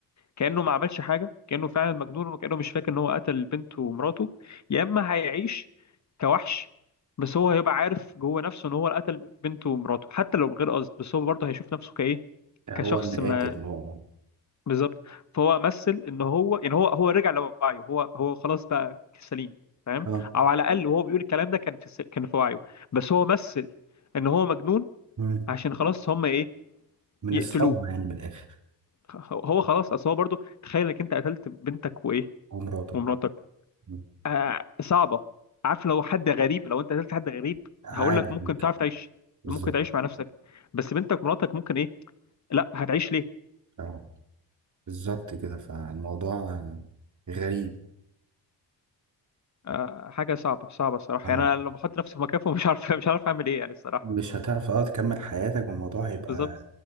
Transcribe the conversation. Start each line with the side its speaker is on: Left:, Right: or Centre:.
Left: كأنه ما عملش حاجة كأنه فعلا مجنون وكأنه مش فاكر ان هو قتل بنته ومراته يا اما هيعيش كوحش بس هو هيبقى عارف جوه نفسه ان هو اللي قتل بنته ومراته حتى لو بغير قصد بس هو برضه هيشوف نفسه كايه
Right: هو
Left: كشخص
Right: المقاتل
Left: ما
Right: هو
Left: بالظبط فهو مثل ان هو يعني هو هو رجع لوعيه هو هو خلاص بقى سليم فاهم
Right: اه
Left: او على الاقل وهو بيقول الكلام ده كان في س- كان في وعيه بس هو مثل ان هو مجنون
Right: مم.
Left: عشان خلاص هم ايه
Right: من
Left: يقتلوه
Right: الصدمة يعني من الآخر
Left: خ- هو خلاص اصل هو برضه تخيل انك انت قتلت بنتك وايه
Right: هو مراته
Left: ومراتك
Right: مم.
Left: آه صعبه عارف لو حد غريب لو انت قتلت حد غريب
Right: عادي
Left: هقول لك ممكن
Right: ممكن
Left: تعرف تعيش
Right: بالظبط
Left: ممكن تعيش مع نفسك بس بنتك ومراتك ممكن ايه لا هتعيش ليه
Right: اه بالظبط كده فالموضوع آه، غريب
Left: آه، حاجة صعبة صعبة الصراحة
Right: اه
Left: يعني أنا لو بحط نفسي في مكانهم مش عارف مش عارف أعمل إيه يعني الصراحة
Right: مش هتعرف اه تكمل حياتك والموضوع هيبقى
Left: بالظبط